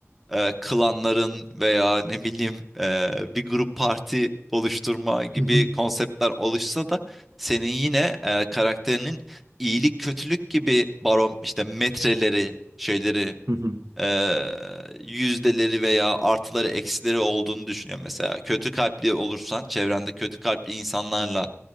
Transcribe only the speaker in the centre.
e, klanların veya ne bileyim e, bir grup parti oluşturma gibi
konseptler oluşsa da senin yine e, karakterinin iyilik kötülük gibi barom işte metreleri şeyleri
eee, yüzdeleri veya artıları eksileri olduğunu düşünüyorum. Mesela kötü kalpli olursan çevrende kötü kalpli insanlarla